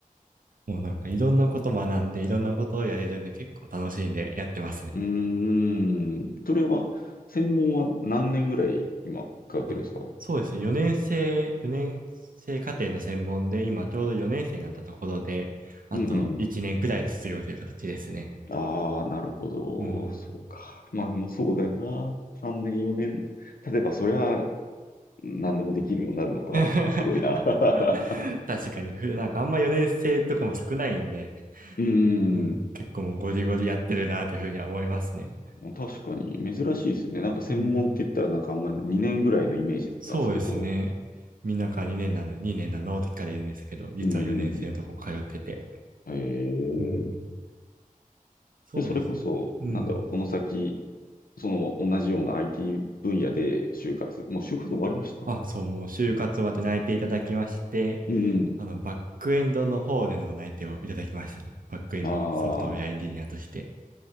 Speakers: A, on the right; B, on the left.
A: もうなんかいろんなこと学んでいろんなことをやれるんで結構楽しんでやってますね。
B: うーん、それは、専門は何年ぐらい今通ってるんですか
A: あ、そうですね。4年生、4年生課程の専門で今ちょうど4年生になったところで、あと1年くらいで卒業という形ですね。
B: うんうん。ああ、なるほど。
A: うん。
B: そうか。まあでもそうだよな。3年、4年。例えばそりゃ何でもできるようになるのか。
A: <laughs>
B: すごいな。<laughs>
A: 確かにふ、なんかあんま4年生とかも少ないんで、
B: うー
A: うん、
B: ん。
A: 結構もうゴリゴリやってるなというふうには思いますね。
B: まあ確かに珍しいですよね。なんか専門って言ったらなんかあんま2年ぐらいのイメージだったんですけど。
A: うん。そうですね。みんなか2年なんで、2年なのって聞かれるんですけど、実は4年生のとこ通ってて。
B: うーん。へえ。
A: うん。そうですね。
B: で、それこそ、
A: うん。
B: なんだろう、この先、その同じような IT 分野で就活、もう就活終わりました
A: あ、そう、もう就活終わって内定いただきまして、
B: うん
A: あの、バックエンドの方での内定をいただきましたね。バックエンドのソフトウェアエンジニアとして。
B: うん。ああ、